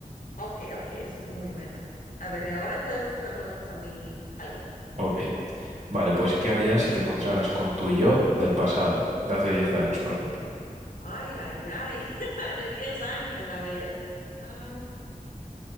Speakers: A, on the left; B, on the right.
A: Ok, ok, eso es muy bueno. A ver, ahora te me preguntas a mí algo.
B: Ok. Vale, pues ¿qué harías si te encontraras con tu yo del pasado, de hace 10 años, por ejemplo?
A: Ay, ay, ay, <laughs> de 10 años, a ver. Ah,